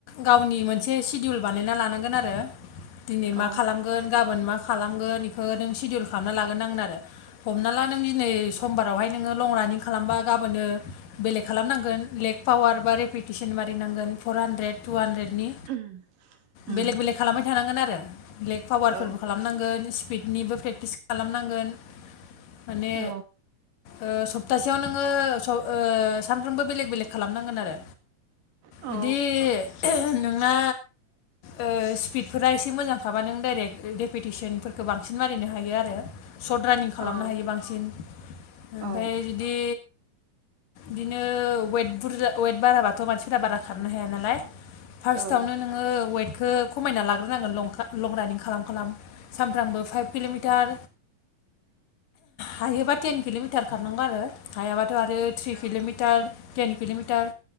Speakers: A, on the left; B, on the right.
A: गावनि मोनसे सिडिउल बानायना लानांगोन आरो। दिनै मा
B: औ
A: खालामगोन गाबोन मा खालामगोन बेखौ नों सिडिउल खालामना लाग्रो नांगोन आरो हमना ला नों दिनै समबारावहाय नोङो लं रानिं खालामबा गाबोनो बेलेग खालामनांगोन लेग पावार बा रेपिटेसन मारिनांगोन फर हानद्रेद, टु हानद्रेद बिनि
B: उम उम
A: बेलेग बेलेक खालामबाय थानांगोन आरो। ब्लेक पावारफोरबो
B: औ
A: खालामनांगोन फिटनिबो प्रेक्टिस खालामनांगोन। माने
B: औ
A: ओ सप्तासेयाव नोङो स ओ सामफ्रामबो बेलेक बेलेक खालामनांगोन आरो
B: औ
A: बिदि नोंना ओ स्पिड फोरा एसे मोजांखाबा नों डाइरेक्ट डेपुटेसनफोरखौ बांसिन मारिनो हायो आरो सर्ट रानिं खालामनो
B: औ
A: हायो बांसिन ओमफ्राय
B: औ
A: जुदि बिदिनो वेट बुरजा वेट बाराबाथ' मानसिफोरा बारा खारनो हाया नालाय। फास्टआवनो
B: औ ओं
A: नोङो वेट खौ खमायना लाग्रोनांगोन लं लं रानिं खालाम खालाम सानफ्रामबो फाइभ किल'मिटार हायोबा टेन किल'मिटार खारनांगौ आरो हायाबाथ' आरो किल'मिटार टेन किल'मिटार